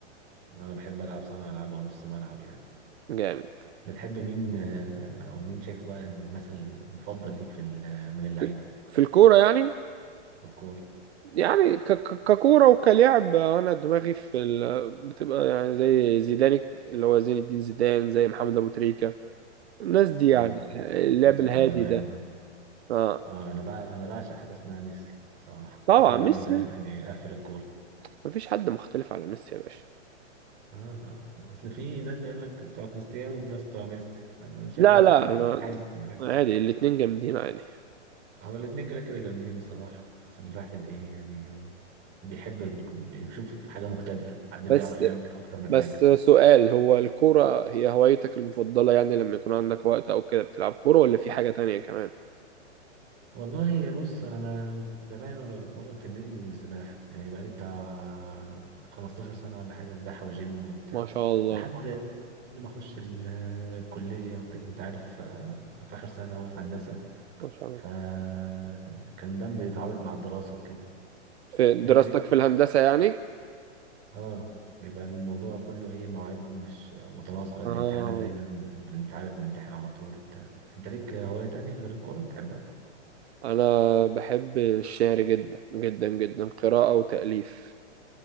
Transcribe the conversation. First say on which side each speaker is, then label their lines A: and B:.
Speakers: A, on the right; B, on the right.
A: انا بحب العب صانع العاب او نص ملعب يعني
B: جامد
A: بتحب مين آه، او مين شايفه بقى المثل المفضل ليك في ال- من اللعيبه
B: في في الكورة يعني
A: في الكوره
B: يعني ك- ك- ككورة وكلعب انا دماغي في ال... بتبقى يعني زي زيدان اللي هو زين الدين زيدان زي محمد ابو تريكة الناس دي يعني
A: اه
B: اللعب
A: الناس
B: الهادي
A: بتوع زمان
B: ده
A: اه,
B: اه
A: آه انا بقى انا بعشق حاجه اسمها ميسي صراحه
B: طبعا
A: شوف الراجل
B: ميسي
A: ده يعني قفل الكوره
B: مفيش حد مختلف على ميسي يا باشا
A: اه اصل في ناس بيقول لك بتوع كريستيانو وفي ناس بتوع ميسي انا شكلك
B: لا لا أنا-
A: حايز ميسي
B: عادي الاتنين جامدين عادي
A: هو الاتنين كده كده جامدين بصراحة بس الواحد ايه يعني بيحب ال- يشوف حاجة مختلفة حد
B: بس
A: بيعرف يعمل اكتر من
B: بس
A: حاجة
B: سؤال هو الكورة هي هوايتك المفضلة يعني لما يكون عندك وقت أو كده بتلعب كورة ولا في حاجة تانية كمان؟
A: والله بص انا من زمان وانا بتمرن في النادي سباحة يعني بقالي بتاع 15 سنة ولا حاجة سباحة وجيم وبتاع
B: ما شاء الله
A: لحد قبل ما اخش ال- الكلية وكده انت عارف آه، في اخر سنة اهو في هندسة
B: ما شاء الله
A: فكان ده بيتعارض مع الدراسة وكده
B: في دراستك
A: انت ليك
B: في الهندسة يعني؟
A: اه بيبقى الموضوع كله ايه مواعيدهم مش متناسقة الامتحانات
B: آه
A: دايما مم. انت عارف بنمتحن على طول وبتاع انت ليك هواية تانية غير الكورة بتحبها
B: أنا بحب الشعر جدا جدا جدا قراءة وتأليف